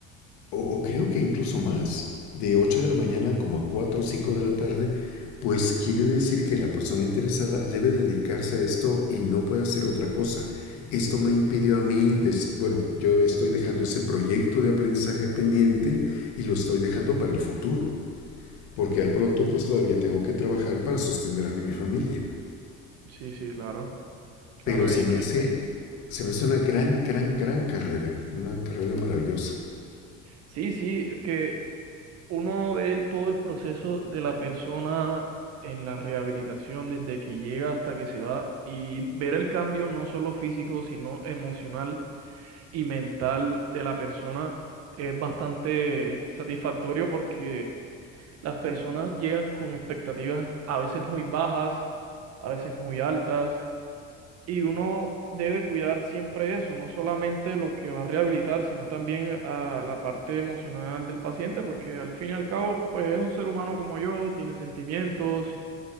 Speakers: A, on the left; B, on the right.
A: o, o creo que incluso más, de 8 de la mañana como a 4, o 5 de la tarde, pues quiere decir que la persona interesada debe dedicarse a esto y no puede hacer otra cosa. Esto me impidió a mí, des- bueno, yo estoy dejando ese proyecto de aprendizaje pendiente y lo estoy dejando para el futuro, porque al pronto pues todavía tengo que trabajar para sostener a mi familia.
B: Sí, sí, claro. Claro,
A: pero se
B: y es
A: me
B: que,
A: hace, se me hace una gran, gran, gran carrera, una carrera maravillosa.
B: sí, sí, es que uno ve el- todo el proceso de la persona en la rehabilitación, desde que llega hasta que se va, y ver el cambio no solo físico, sino emocional y mental de la persona es bastante satisfactorio porque las personas llegan con expectativas a veces muy bajas, a veces muy altas. Y uno debe cuidar siempre eso, no solamente lo que va a rehabilitar, sino también a la parte emocional del paciente, porque al fin y al cabo, pues es un ser humano como yo, tiene sentimientos